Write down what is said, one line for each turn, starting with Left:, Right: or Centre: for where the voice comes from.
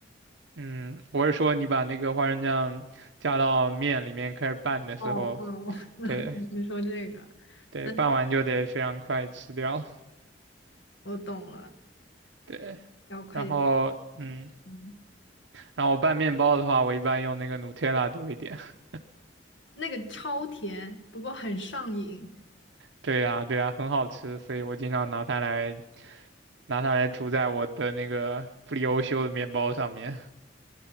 Right: 嗯，我是说你把那个花生酱加到面里面开始拌的时候，
Left: 哦哦，<laughs>
Right: 对
Left: 你是说这个？
Right: 对，
Left: 那
Right: 拌完就得非常快吃掉，
Left: 我懂了，
Right: 对。
Left: 要快点。
Right: 然后，嗯，
Left: 嗯，
Right: 然后我拌面包的话，我一般用那个 Nutella 多一点。<laughs>
Left: 那个超甜，不过很上瘾。
Right: 对呀，对呀，很好吃，所以我经常拿它来拿它来涂在我的那个布里欧修的面包上面。